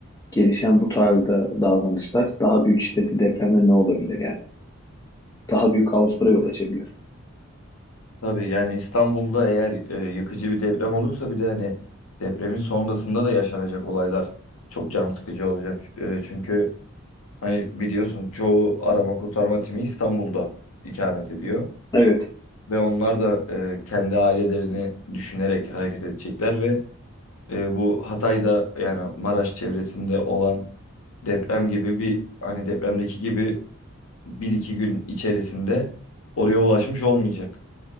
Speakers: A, on the left; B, on the left.
A: gelişen bu tarzda davranışlar daha büyük şiddetli depremde ne olabilir yani? Daha büyük kaoslara yol açabilir.
B: Tabii yani İstanbul'da eğer e, yıkıcı bir deprem olursa bir de hani depremin sonrasında da yaşanacak olaylar çok can sıkıcı olacak. E, çünkü hani biliyorsun çoğu arama kurtarma timi İstanbul'da ikamet ediyor
A: Evet,
B: ve onlar da e, kendi ailelerini düşünerek hareket edecekler ve e, bu Hatay'da yani Maraş çevresinde olan deprem gibi bir hani depremdeki gibi bir iki gün içerisinde oraya ulaşmış olmayacak